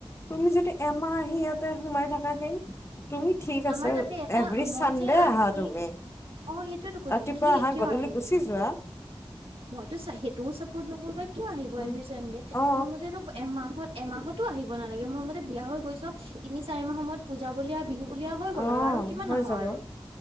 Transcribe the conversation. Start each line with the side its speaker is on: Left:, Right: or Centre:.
Left: তুমি যদি এমাহ আহি ইয়াতে সোমাই থাকা সেই, তুমি ঠিক
Right: আমাৰ
Left: আছে
Right: তাতে এটা-
Left: এভৰি
Right: মই
Left: চানডে
Right: যে আনকি
Left: আহা তুমি
Right: অ', সেইটোতো কৈছোঁ
Left: ৰাতিপুৱা
Right: কি-
Left: আহা
Right: কিয়
Left: গধূলি
Right: আহে
Left: গুচি যোৱা
Right: মইতো চা- সেইটোও চাপৰ্ট নকৰোঁ পায়। কিয় আহিব
Left: উম
Right: এভৰি ছানদে।
Left: অ
Right: মোৰ মতেতো এমাহত- এমাহতো আহিব নালাগে। মোৰ মতে, বিয়া হৈ গৈছ। তিনি-চাৰি মাহ সময়ত পূজা বুলিয়া, বিহু বুলিয়া হৈ গ'ল
Left: অ
Right: আৰু, আৰু কিমান
Left: হৈ
Right: আহ
Left: যাব
Right: আৰু?